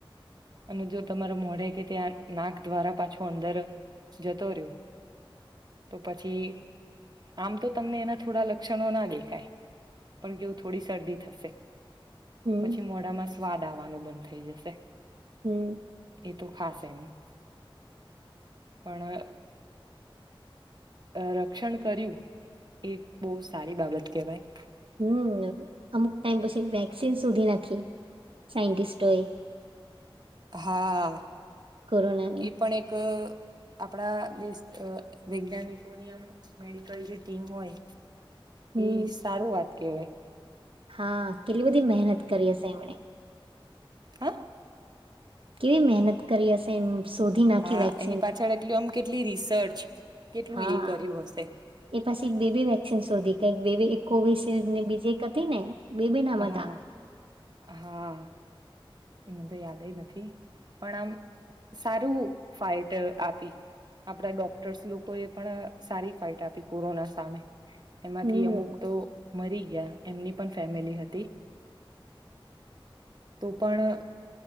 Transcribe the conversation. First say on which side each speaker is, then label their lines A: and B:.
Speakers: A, on the right; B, on the right.
A: અને જો તમારા મોઢે કે ત્યાં નાક દ્વારા પાછું અંદર જતો રહ્યો, તો પછી આમ તો તમને એના થોડા લક્ષણો ના દેખાય, પણ કેવું થોડી શરદી થશે.
B: હમ
A: પછી મોડામાં સ્વાદ આવવાનું બંધ થઈ જશે.
B: હમ્મ.
A: એ તો ખાસ એનું, પણ અ રક્ષણ કર્યું, એ બોવ સારી બાબત કહેવાય.
B: હમ્મ, અમુક ટાઈમ પછી વેક્સિન શોધી નાખી સાઈન્ટિસ્ટોએ.
A: હા,
B: કોરોનાની
A: એ પણ એક આપણા દેશ વૈજ્ઞાનિકોની આમ મેડિકલ, જે ટીમ હોય
B: હમ
A: એ સારું વાત કે
B: હા, કે એટલી બધી મહેનત કરી હશે એમણે.
A: હા
B: કેવી મહેનત કરી હશે એમ શોધી નાખી
A: હા
B: વેક્સિન
A: એની પાછળ એટલી આમ કેટલી રિસર્ચ કેટલું
B: હા
A: એ કર્યું હશે
B: એ પછી બે બે વેક્સિન શોધી કઈક બે કોવિશિલ્ડ ને બીજી એક હતી ને બે બે નામ
A: હા
B: હતા
A: હા એ મ તો યાદય નથી પણ આમ સારું ફાઈઇટ આપી આપડા ડોક્ટર્સ લોકો એ પણ સારી ફાઈટ આપી કોરોના સામે એમાંથી
B: હમ
A: અમુક તો મરી ગયા એમની પણ ફેમિલી હતી તો પણ